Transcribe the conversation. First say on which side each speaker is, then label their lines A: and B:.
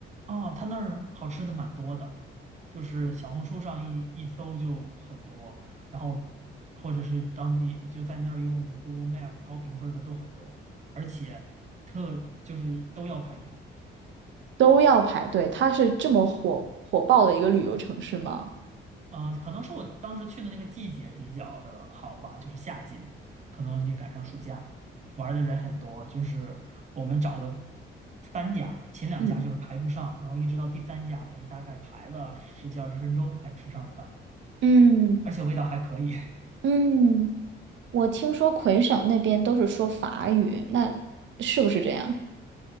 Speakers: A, on the right (about 35°); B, on the right (about 70°).
A: 哦，他那儿好吃的蛮多的，就是小红书上一一搜就很多，然后或者是当地就在那儿用 Google Map 高评分儿的都很多，而且特就是都要排队。
B: 都要排队。它是这么火火爆的一个旅游城市吗？
A: 啊、可能是我当时去的那个季节比较的好吧，就是夏季嘛，可能就赶上暑假，玩儿的人很多。就是我们找了三家，前两家就是排不上，
B: 嗯
A: 然后一直到第三家才是大概排了十几二十分钟才吃上的饭，
B: 嗯
A: 而且味道还可以。
B: 嗯，我听说魁省那边都是说法语，那是不是这样？